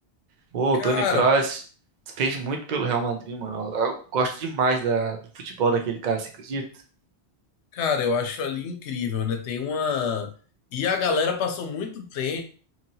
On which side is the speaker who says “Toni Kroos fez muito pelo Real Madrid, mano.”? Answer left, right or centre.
Right